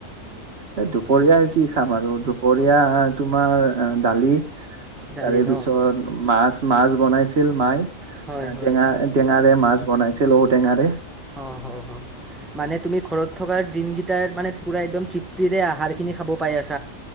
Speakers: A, on the right (about 50°); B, in the centre.
A: এ দুপৰীয়াাই কি খাম আৰু, দুপৰীয়া তোমাৰ দালি
B: দালি
A: তাৰে
B: ন?
A: পিছত মাছ, মাছ বনাইছিল মাই,
B: হয় হয়।
A: টেঙা টেঙাৰে মাছ বনাইছিল ঔ টেঙাৰে।
B: অ হ হ। মানে তুমি ঘৰত থকা দিনকেইটাত মানে পোৰা একদম তৃ প্তিৰে আহাৰ খিনি খাব পাই আছো। <unintelligible>